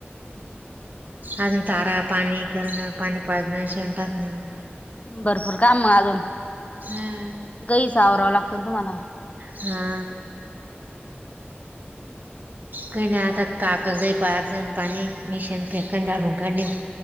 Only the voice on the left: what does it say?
हम्म.
भरपूर काम मग अजून
गईचा आवराव लागतो तुम्हाला